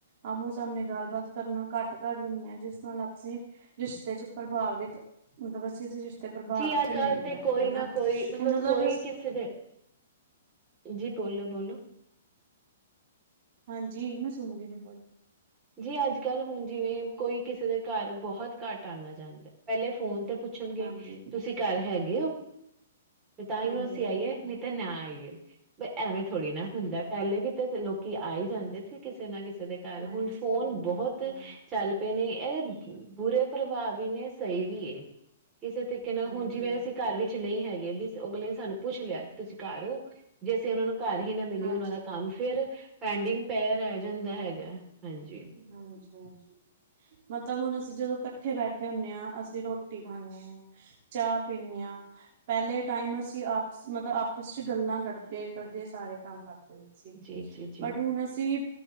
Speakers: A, on the right; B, on the right.
A: ਆਮੋ ਸਾਮਣੇ ਗੱਲਬਾਤ ਕਰਨਾ ਘੱਟ ਕਰ ਦਿੰਨੇ ਆ ਜਿਸ ਨਾਲ ਅਸੀਂ ਰਿਸ਼ਤੇ ਚ ਪ੍ਰਭਾਵਿਤ ਮਤਲਬ ਅਸੀਂ ਰਿਸ਼ਤੇ ਪ੍ਰਭਾਵਿਤ
B: ਜੀ ਅੱਜ-ਕੱਲ
A: ਨਹੀਂ
B: ਤੇ
A: ਆ
B: ਕੋਈ
A: ਹਨਾ
B: ਨਾ ਕੋਈ ਮਤਲਬ
A: ਹੁਣ
B: ਕੋਈ
A: ਬਸ
B: ਕਿਸੇ ਦੇ ਜੀ, ਬੋਲੋ-ਬੋਲੋ
A: ਹਾਂਜੀ, ਮੈਂ ਸੁਣਦੀ ਪਈ ਬਲੋ।
B: ਜੀ, ਅੱਜ-ਕੱਲ ਹੁਨ ਜਿਵੇਂ- ਕੋਈ ਕਿਸੇ ਦੇ ਘਰ ਬਹੁਤ ਘੱਟ ਆਂਦਾ ਜਾਂਦਾ ਪਹਿਲੇ ਫੋਨ ਤੇ ਪੁੱਛਨਗੇ
A: ਹਾਂਜੀ
B: ਤੁਸੀਂ ਘਰ ਹੈਗੇ ਓ ਤੇ ਤਾਂਇਓ
A: ਹਾਂਜੀ
B: ਅਸੀਂ ਆਈਏ ਨ ਤੇ ਨਾ ਆਈਏ ਬ ਐਵੇਂ ਥੋੜੀ ਨਾ ਹੁੰਦਾ, ਪਹਿਲੇ ਵੀ ਤਾ ਲੋਕੀ ਆਈ ਜਾਂਦੇ ਸ ਕਿਸੇ ਨਾ ਕਿਸੇ ਦੇ ਘਰ
A: ਹਾਂਜੀ
B: ਹੁਨ ਫੋਨ ਬਹੁਤ
A: ਹਾਂਜੀ
B: ਚੱਲ ਪਏ ਨੇ ਏਦੇ ਬੁਰੇ ਪ੍ਰਭਾਵੀ ਨੇ ਸਹੀ ਵੀ ਏ ਕਿਸੇ ਤਰੀਕੇ ਨਾਲ
A: ਹਾਂਜੀ ਹਾਂਜੀ
B: ਹੁਨ ਜਿਵੇਂ-ਅਸੀਂ ਘਰ ਵਿੱਚ ਨੀ ਹੈਗੇ ਵੀ ਅਗਲੇ ਨੇ ਸਾਨੂੰ ਪੁੱਛ ਲਿਆ, ਤੁਸੀਂ ਘਰ ਹੋ ਜੇ ਅਸੀਂ ਓਨਾਂ ਨੂੰ ਘਰ ਹੀ ਨਾ ਮਿਲੀਏ
A: ਹਾਂਜੀ
B: ਓਨਾਂ ਦਾ ਕੰਮ ਫੇਰ ਪੈਂਡਿੰਗ ਪ‌ਇਆ ਰਹਿ ਜਾਂਦਾ ਹੈਗਾ, ਹਾਂਜੀ।
A: ਹਾਂਜੀ, ਹਾਂਜੀ ਮਤਲਬ ਹੁਨ ਅਸੀਂ ਜਦੋਂ ਇਕੱਠੇ ਬੈਠੇ ਹੁਨੇ ਆਂ। ਅਸੀਂ ਰੋਟੀ ਖਾਂਨੇ ਆਂ ਚਾਹ ਪੀਨੇ ਆਂ। ਪਹਿਲੇ ਟਾਈਮ ਅਸੀਂ ਆਪਸ ਮਤਲਬ ਆਪ ਆਪਸ ਚ ਗੱਲਾਂ ਕਰਦੇ, ਕਰਦੇ ਸਾਰੇ ਕੰਮ ਕਰਦੇ ਸੀ।
B: ਜੀ ਜੀ ਜੀ
A: ਬਟ ਹੁਨ ਅਸੀਂ